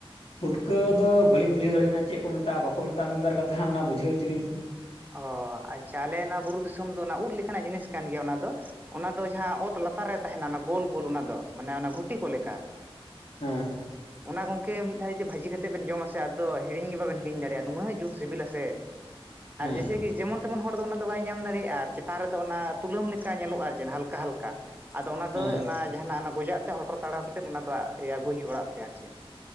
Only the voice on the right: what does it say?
ᱚ ᱟᱪᱪᱷᱟ ᱟᱞᱮ ᱱᱚᱣᱟ ᱵᱩᱨᱩ ᱫᱤᱥᱚᱢ ᱫᱚ ᱚᱱᱟ ᱩᱫ ᱞᱮᱠᱟᱱᱟᱜ ᱡᱤᱱᱤᱥ ᱠᱟᱱ ᱜᱮᱭᱟ ᱚᱱᱟ ᱫᱚ᱾ ᱚᱱᱟ ᱫᱚ ᱡᱟᱦᱟᱸ ᱚᱛ ᱞᱟᱛᱟᱨ ᱨᱮ ᱛᱟᱦᱮᱱᱟ ᱚᱱᱟ ᱜᱳᱞ ᱜᱳᱞ ᱚᱱᱟ ᱫᱚ ᱢᱟᱱᱮ ᱚᱱᱟ ᱜᱩᱴᱤ ᱠᱚ ᱞᱮᱠᱟ᱾
ᱚᱱᱟ ᱜᱚᱝᱠᱮ ᱢᱤᱫ ᱫᱷᱟᱣ ᱡᱩᱫᱤ ᱵᱷᱟᱹᱡᱤ ᱠᱟᱛᱮᱫ ᱵᱮᱱ ᱡᱚᱢᱟ ᱥᱮ ᱟᱫᱚ ᱦᱤᱲᱤᱧ ᱜᱮ ᱵᱟᱵᱮᱱ ᱦᱤᱲᱤᱧ ᱫᱟᱲᱮᱭᱟᱜᱼᱟ ᱱᱩᱱᱟᱹᱜ ᱡᱩᱛ ᱥᱤᱵᱤᱞᱟ ᱥᱮ᱾
ᱟᱨ ᱡᱮᱥᱮ ᱠᱤ ᱡᱮᱢᱚᱱ ᱛᱮᱢᱚᱱ ᱦᱚᱲ ᱫᱚ ᱚᱱᱟ ᱫᱚ ᱵᱟᱭ ᱧᱟᱢ ᱫᱟᱲᱮᱭᱟᱜᱼᱟ, ᱟᱨ ᱪᱮᱛᱟᱱ ᱨᱮᱫᱚ ᱚᱱᱟ ᱛᱩᱞᱟᱹᱢ ᱞᱮᱠᱟ ᱧᱮᱞᱚᱜᱼᱟ ᱟᱨ ᱡᱮᱱ ᱦᱟᱞᱠᱟ ᱦᱟᱞᱠᱟ᱾ ᱠᱟ ᱟᱫᱚ ᱚᱱᱟ
ᱫᱚ ᱚᱱᱟ ᱡᱟᱦᱟᱱᱟᱜ ᱚᱱᱟ ᱜᱚᱡᱟᱜ ᱛᱮ ᱦᱚᱴᱚᱨ ᱛᱟᱲᱟᱣ ᱠᱟᱛᱮᱫ ᱚᱱᱟ ᱫᱚ ᱤᱭᱟᱹ ᱟᱹᱜᱩᱭ ᱦᱩᱭᱩᱜᱼᱟ, ᱚᱲᱟᱜ ᱛᱮ ᱟᱨ ᱪᱮᱫ᱾